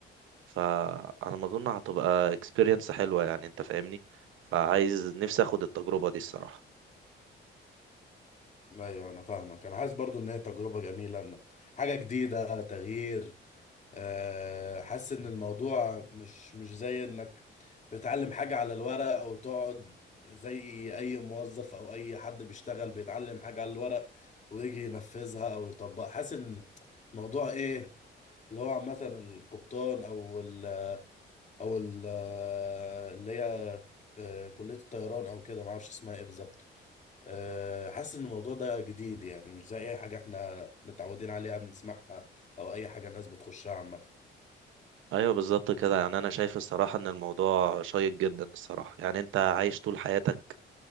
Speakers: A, on the right; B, on the left.
A: فعلى ما أظن هتبقى experience حلوة يعني أنت فاهمني فعايز نفسي أخد التجربة دي الصراحة
B: ايوه انا فاهمك انا حاسس برضو ان هي تجربة جميلة إن حاجة جديدة تغيير آه، حاسس ان الموضوع مش مش زي انك بتعلم حاجة على الورق او تقعد زي اي موظف او اي حد بيشتغل بيتعلم حاجة على الورق ويجي ينفذها او يطبقها حاسس ان الموضوع ايه اللي هو عامة القبطان او ال او ال آه، اللي هي آه، كلية الطيران او كده معرفش اسمها ايه بالظبط آه، حاسس ان الموضوع ده جديد يعني مش زي اي حاجة احنا متعودين عليها بنسمعها او اي حاجة الناس بتخشها عامة
A: ايوه بالظبط كده يعني انا شايف الصراحه ان الموضوع شيق جدا الصراحه يعني انت عايش طول حياتك